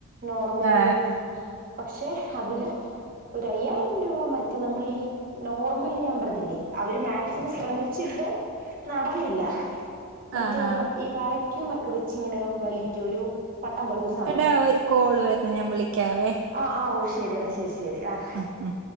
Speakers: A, on the right; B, on the right.
A: നോർമലി
B: ആ
A: ഒന്ന് പക്ഷെ അതില് ഒരു അയ്യായിരം രൂപ മറ്റ് നമ്മളീ നോർമൽ ഞാൻ പറതില്ലേ അവര് മാക് സിമം ശ്രമിച്ചിട്ട് നടന്നില്ല മറ്റേ
B: ആഹാ
A: ഈ വാക് ക്യൂം ഒക്കെ വെച്ചിങ്ങനെ വലിക്കും ഒരു പട്ടം പോലത്തൊരു സ്
B: എടാ ഒരു കോള് വരുന്നു ഞാൻ വിളിക്കാവേ
A: ആഹ് ആഹ് ഓഹ് ശെരിയടാ ശരി ശരി ആഹ്
B: ആഹ് ഉം